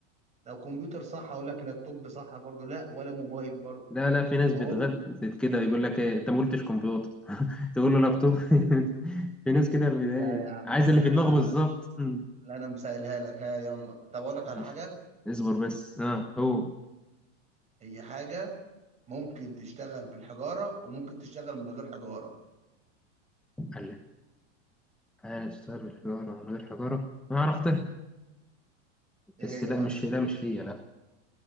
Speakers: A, on the right (about 20°); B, in the centre.
A: لو كمبيوتر صح اقول لك لابتوب صح برضه لا ولا موبايل برضه
B: لا لا في ناس بتغد
A: اقول
B: كده يقول لك ايه انت ما قلتش كمبيوتر <laughs> تقول له لابتوب <laughs> في ناس كده بت-
A: لا يا عم
B: عايز
A: لا
B: اللي
A: لا
B: في دماغه
A: انا
B: بالظبط أمم.
A: لا انا مسهلها لك ها يلا طب اقول لك
B: ماشي
A: على حاجه
B: اصبر بس اه هو
A: هي حاجه ممكن تشتغل بالحجاره وممكن تشتغل من غير حجاره
B: قال لك هشتغل بالحجاره من غير حجاره انا عرفتها
A: ايه
B: بس
A: هي
B: لا
A: بقى
B: مش لا مش هي لا